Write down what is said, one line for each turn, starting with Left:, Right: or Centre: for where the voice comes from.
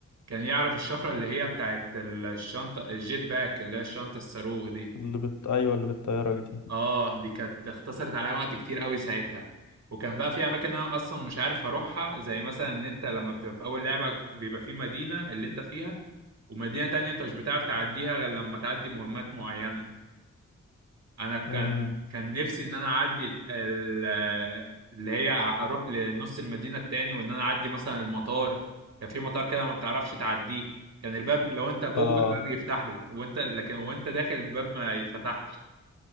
Right: كان يعرف الشفره اللي هي بتاعت الشنطه الجيت باك اللي هي الشنطه الصاروخ دي
Left: اللي بت... ايوه اللي بالطيارة دي
Right: اه دي كانت اختصرت عليا وقت كتير قوي ساعتها وكان بقى في اماكن انا اصلا مش عارف اروحها زي مثلا ان انت لما بتبقى في اول لعبه بيبقى في مدينه اللي انت فيها ومدينه تانية انت مش بتعرف تعديها غير لما تعدي مهمات معينه انا كان
Left: امم
Right: كان نفسي ان انا اعدي الح- ال- اللي هي اروح لنص المدينه التاني وان انا اعدي مثلا المطار كان في مطار كده ما بتعرفش تعديه كان الباب لو انت جوه
Left: اه
Right: الباب يفتح لك وانت لكن وانت داخل الباب ما يتفتحش